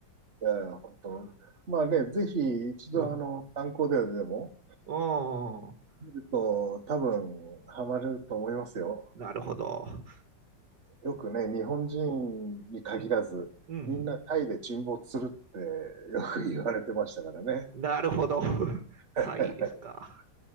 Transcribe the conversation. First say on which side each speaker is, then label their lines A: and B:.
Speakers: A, on the right; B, on the right.
A: いや本当。まあね、ぜひ一度あの、
B: うん。
A: 観光ででも
B: うん。
A: 見ると多分ハマれると思いますよ。
B: なるほど。
A: よくね、日本人に限らず、
B: うん、うん。
A: みんなタイで沈没するってよく言われてましたからね。
B: なるほど。<laughs> タイですか。
A: <laughs>